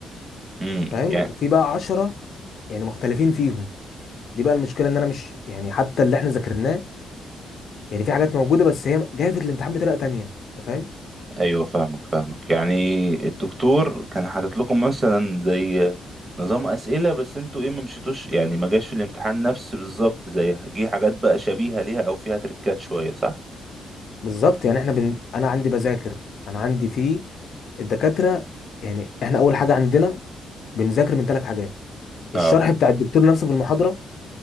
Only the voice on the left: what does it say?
فاهم
وفي بقى 10 يعني مختلفين فيهم دي بقى المشكلة ان انا مش يعني حتى اللي احنا ذاكرناه يعني في حاجات موجودة بس هي جاية في الامتحان بطريقة تانية انت فاهم
بالظبط يعني احنا بن... انا عندي بذاكر انا عندي في الدكاترة يعني احنا اول حاجة عندنا بنذاكر من ثلاث حاجات الشرح
بتاع الدكتور نفسه في المحاضره